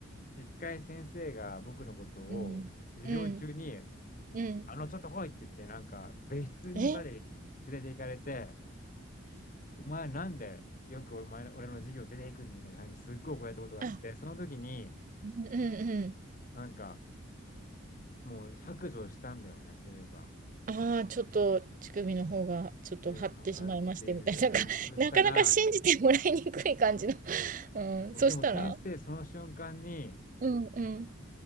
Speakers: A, on the left; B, on the right.
A: 一回先生が僕のことを授業中に、
B: うん。うん。うん。
A: あの、ちょっと来いって言って、なんか、別室にまで
B: ええ
A: 連れて行かれて、お前なんでよくお前の、俺の授業出ていくんだみたいな感じですっごい怒られたことがあって、
B: あ、
A: その時に
B: うんうんうん
A: なんかもう白状したんだよね、そういえば。
B: ああ、ちょっと乳首の方がちょっと張ってしまいましてみたいな、
A: そういうのがっていう話をしたら、
B: なんか、<laughs> なかなか信じてもらいにくい感じの、<laughs>
A: そう、
B: うん、そしたら
A: でも先生その瞬間に、
B: うんうん。